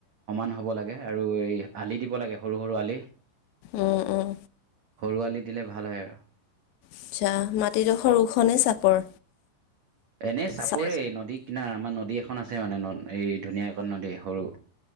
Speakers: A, on the right; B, on the left.
A: সমান হ'ব লাগে আৰু এই আলি দিব লাগে সৰু সৰু আলি,
B: উম উম
A: সৰু আলি দিলে ভাল হয় আৰু।
B: আচ্ছা মাটিডোখৰ ওখনে চাপৰ?
A: এনে চাপৰে
B: চা
A: নদী কিনাৰ, আমাৰ নদী এখন আছে মানে এই ধুনীয়াঁ এখন নদী সৰু।